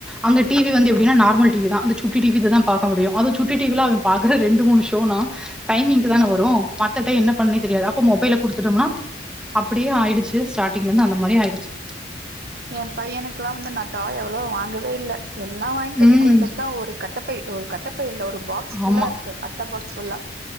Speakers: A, in the centre; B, on the right (about 55°).
A: அங்க டிவி வந்து எப்படினா நார்ல் டிவி தா அந்த சுட்டிவி இததா பாக்க முடியு அதும் சுட்டி டிவிலா அவன் பாக்குறதே ரெண்டு மூணு ஷோனா டைமிங்க்கு தானே
B: ம்
A: வரும் மத்த டை என்ன பண்ணனே தெரியாது அப்ப மொபைல குடுத்துட்டோனா அப்டியே ஆயிடுச்சு ஸ்டார்டிங்ல இருந்து அந்த மாதிரியே ஆயிடுச்சு
B: என் பையனுக்குல்லா வந்து நா தாயோ எவ்வளோ வாங்கவே இல்ல எல்லா வாங்கிட்டு வந்து
A: ம்
B: கொடுக்குறதுதான் ஒரு கட்டப்பை கட்ட இல்ல ஒரு பாக்ஸ் ஃபுல்லா
A: ஆமா
B: இருக்கு அட்ட பாக்ஸ் ஃபுல்லா